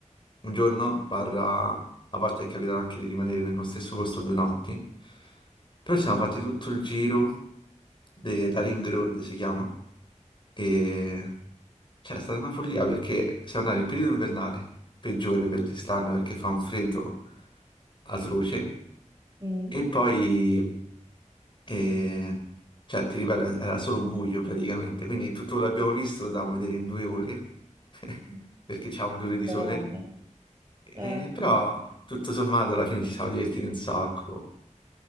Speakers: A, on the left (about 40°); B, on the right (about 25°).
A: Un giorno Parra, a volte è capitato anche di rimanere nello stesso posto due notti, però ci siamo fatti tutto il giro de- da Ring Road, si chiama, e cioè, è stata una follia perché siamo andati nel periodo invernale, peggiore per l'Islanda perché fa un freddo atroce,
B: Mm.
A: e poi, eh, cioè, ti ripeto, era solo buio praticamente, quindi tutto quello che abbiamo visto lo dovevamo vedere in due ore, <laughs> perché c'avevamo due ore di
B: Madonna.
A: sole, E
B: Eh.
A: però tutto sommato alla fine ci siamo divertiti un sacco.